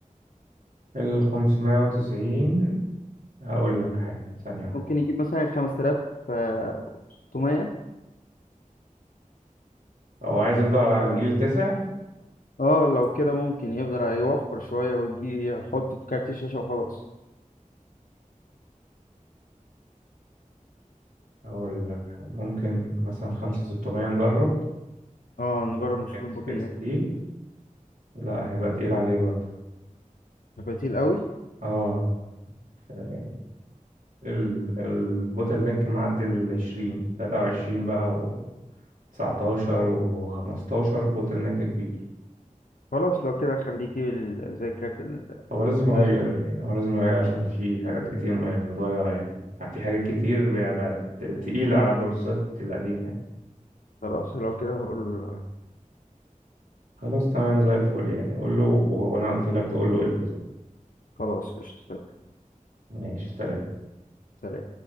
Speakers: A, on the right; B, on the left.
A: ال 590 هقول لك حالا ثانية واحدة
B: ممكن يجيب مثلا 5600
A: هو عايز يفضل على الجيل 9
B: اه لو كده ممكن يقدر هيوفر شوية ويجي يحط في كارت الشاشة وخلاص
A: هقول لك ممكن مثلا 5600 نجرب
B: اه نجرب نشوف
A: اكس
B: البوتل
A: اكس
B: نيك
A: تي لا هيبقى تقيل عليه برضه
B: بديل قوي
A: اه يعني ال البوتل نيك معدي ال 20 23 بقى و 19 و 15 بوتل نيك كبير
B: خلاص لو كده خليه يجيب ال- زي الكارت اللي
A: هو لازم يغير
B: انا جبته
A: يعني هو لازم يغير عشان في حاجات كتير م- يعني متغيرة يعني يعني في حاجات كتير بقى بقت تقيلة على بورصات القديمة يعني
B: خلاص لو كده هقول له
A: خلاص تمام زي الفل يعني قول له و- وانا قلت لك تقول له ايه بالظبط
B: خلاص قشطة تمام.
A: ماشي سلام
B: سلام